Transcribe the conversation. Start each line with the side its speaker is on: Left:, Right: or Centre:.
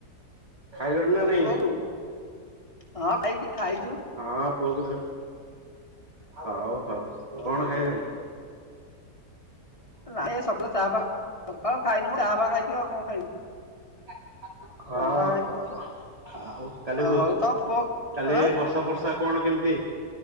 Right: ଖାଇଲଣି ନା
Left: ତମ
Right: ନାଇଁ?
Left: ପୁଅକୁ ହଁ ଖାଇକି ଖାଇଛୁ
Right: ହଁ। ପୁଅ କୁ ଧର। ହଉ ହଉ
Left: ଓ
Right: କଣ
Left: ହଉ
Right: ଖାଇଲୁଣି।
Left: ନାଇଁ ଏ ସକାଳୁ ଚାହା ଫାହା ସକାଳୁ ଖାଇନୁ ଚାହା ଫାହା ଖାଇଚୁ ଆଉ କଣ ଖାଇବୁ।
Right: <inaudible> ହଁହୋ
Left: ଚାହା ଫା ଖାଇଛୁ
Right: ଆଉ କାଲି
Left: ହଉ ତମ ପୁଅ
Right: କାଲି
Left: ଆଁ
Right: ବର୍ଷା ଫର୍ଷା କଣ କେମିତି?